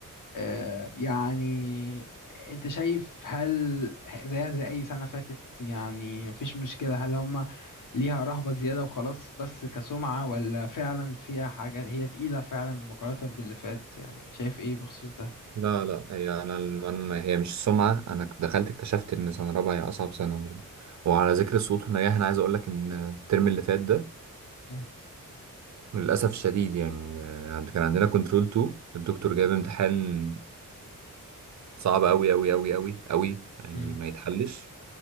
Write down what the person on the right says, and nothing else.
لا
لا هي انا انا هي مش السمعه انا دخلت اكتشفت ان سنه رابعه هي اصعب سنه برضه. وعلى ذكر الصوت والنجاح انا عايز اقول لك ان الترم اللي فات ده
للاسف الشديد يعني آه، عند- كان عندنا كنترول 2 الدكتور جايب امتحان صعب قوي قوي قوي قوي قوي يعني
ما يتحلش